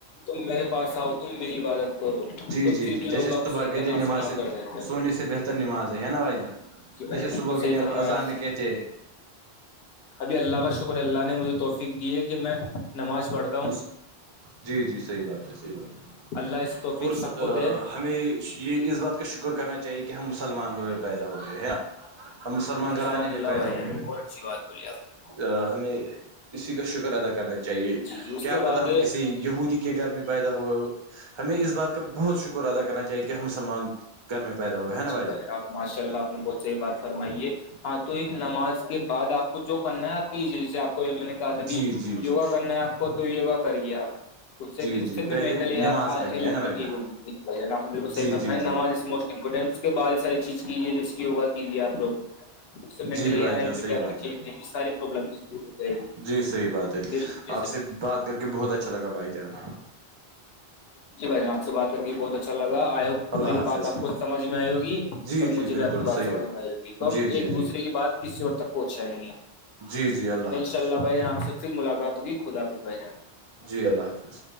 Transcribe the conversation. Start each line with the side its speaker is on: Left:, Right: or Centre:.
Left: تم میرے پاس آؤ تم میری عبادت کرو
Right: جی
Left: تو
Right: جی
Left: پھر
Right: جی
Left: بھی
Right: جیسے
Left: لوگ
Right: صبح
Left: سن
Right: کہتے
Left: کے نہ
Right: ہیں نماز
Left: سنا
Right: سے
Left: کر دیتے ہیں.
Right: سونے سے بہتر نماز ہے ہے نا بھائی جان
Left: جی بھائی
Right: جیسے
Left: بالکل
Right: صبح
Left: صحیح
Right: کی نا
Left: فرمایا
Right: اذان
Left: آپ
Right: میں
Left: نے
Right: کہتے ہیں
Left: ابھی اللہ کا شکر اللہ نے مجھے توفیق دی ہے کہ میں نماز پڑھ
Right: مس جی جی صحیح بات ہے صحیح بات ہے
Left: اللہ اس توفیق
Right: اور
Left: سب
Right: سدآ
Left: کو دے
Right: ہمیں یہ اس بات کا شکر کرنا چاہیے کہ ہم مسلمان ہوئے پیدا ہوئے ہے نا ہم مسلمان گھرانے
Left: سبحان اللہ
Right: میں پیدا
Left: بھائی جان
Right: ہوئے
Left: بہت
Right: ہے
Left: اچھی بات بولی آپ
Right: آہ ہمیں اسی کا شکر ادا کرنا چاہیے
Left: جی جی اس
Right: کیا
Left: کے
Right: پتہ
Left: بعد
Right: ہم کسی یہودی کہ گھر میں پیدا ہو ہمیں اس بات کا بہت شکر ادا کرنا چاہیے کہ ہم مسلمان گھر میں پیدا ہوئے ہے نا
Left: جی
Right: بھائی جان
Left: آپ ماشاء اللہ آپ نے بہت سہی بات فرمائی ہے ہاں تو ان نماز کے بعد آپ کو جو کرنا ہے آپ کیجیے جیسے کوئی میں نے کہا تھا بھی
Right: جی جی
Left: یوگا
Right: جی
Left: کرنا ہے آپ کو تو یوگا کریے آپ اس سے
Right: جی
Left: بھی اس
Right: جی
Left: سے بھی
Right: پہلے
Left: مینٹلی ہا
Right: نماز پڑھنی
Left: ہیلپ
Right: ہے نا بھائی
Left: ہوتی
Right: جان
Left: جی آپ نے بالکل صحیح
Right: جی
Left: فرمایا
Right: جی جی
Left: نماز اس موس کے بعد ساری چیز کیجیے جیسے کہ یوگا کیجیے آپ لوگ <unintelligible>
Right: جی بھائی جان صحیح بات ہے جی صحیح بات ہے آپ سے بات کر کے بہت اچھا لگا بھائی جان
Left: جی بھائی جان آپ سے بات کر کے بہت اچھا لگ آئے
Right: اللہ
Left: میری
Right: حافظ
Left: بات آپ کو سمجھ میں آئے ہو گی
Right: جی
Left: اور
Right: جی
Left: مجھے
Right: بالکل
Left: بھی آپ کی بات
Right: صحیح
Left: سمجھ میں آئے ہو گی تو ہم
Right: جی جی
Left: ایک دوسرے
Right: جی
Left: کی بات کسی اور تک پہنچ جائیں گے
Right: جی جی اللہ
Left: ان
Right: حافظ
Left: شاء اللہ بھائی آپ سے پھر ملاقات ہوگی خداحافظ بھائی جان
Right: جی اللہ حافظ